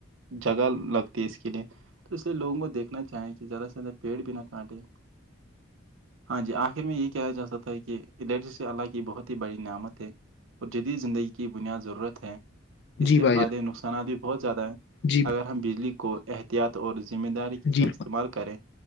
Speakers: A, on the right (about 75°); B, on the left (about 55°).
A: جگہ لگتی ہے اس کے لیے تو اس لیے لوگوں کو دیکھنا چاہیں کہ زیادہ سے زیادہ پیڑ بھی نہ کاٹے ہاں جی آخر میں یہ کہ جاتا تھا کہ ڈٹ <unintelligible> اللہ کی بہت ہی بڑی نعمت ہے اور جدید زندگی کی بنیاد ضرورت ہے اس
B: جی
A: کے
B: بھائی
A: فائدے
B: جان
A: نقصانات بھی بہت زیادہ ہیں
B: جی
A: اگر ہم بجلی کو احتیاط اور ذمہ داری کے ساتھ
B: جی
A: استعمال کر کریں